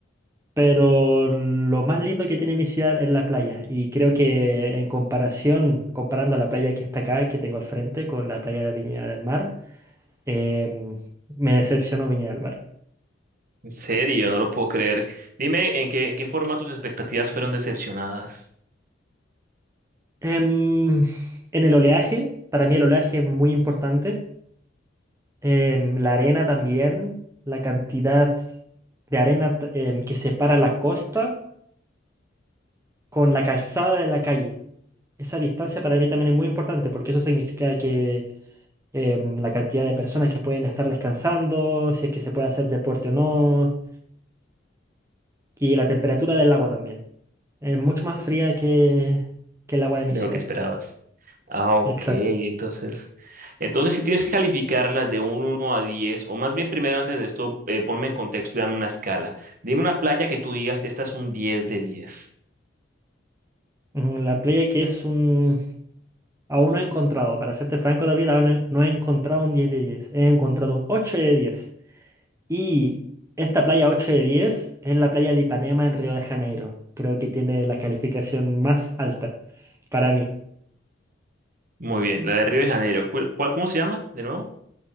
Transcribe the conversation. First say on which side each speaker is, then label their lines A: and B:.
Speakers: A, on the right; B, on the right.
A: pero lo más lindo que tiene mi ciudad es la playa. Y creo que en comparación, comparando a la playa que está acá, que tengo al frente, con la playa de Viña del Mar, em, me decepcionó Viña del Mar.
B: En serio, no lo puedo creer. Dime en qué, en qué forma tus expectativas fueron decepcionadas
A: Em, en el oleaje, para mí el oleaje es muy importante. Em, la arena también, la cantidad de arena t- em, que separa la costa con la calzada de la calle. Esa distancia para mí también es muy importante porque eso significa que em, la cantidad de personas que pueden estar descansando, si es que se puede hacer deporte o no, y la temperatura del agua también. Es mucho más fría que, que el agua de mi
B: de
A: ciudad.
B: lo que esperabas. Ah, ok,
A: Exacto.
B: entonces, entonces si tienes que calificarlas de un uno a 10, o más bien primero antes de esto, eh, ponme en contexto y dame una escala. Dime una playa que tú digas, esta es un 10 de 10.
A: Mm, La playa que es un, Aún no he encontrado, para serte franco, David, aún no no he encontrado un diez de 10. He encontrado un ocho de diez Y esta playa 8 de 10 es la playa de Ipanema en Río de Janeiro. Creo que tiene la calificación más alta para mí.
B: Muy bien, la de Río de Janeiro. ¿Cuál, cuál- cómo se llama de nuevo?